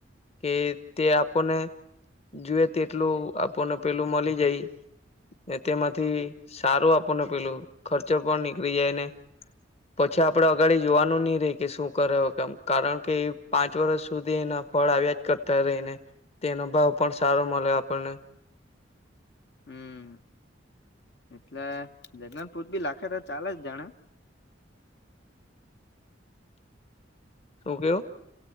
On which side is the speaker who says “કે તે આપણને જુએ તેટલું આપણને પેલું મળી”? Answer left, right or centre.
Left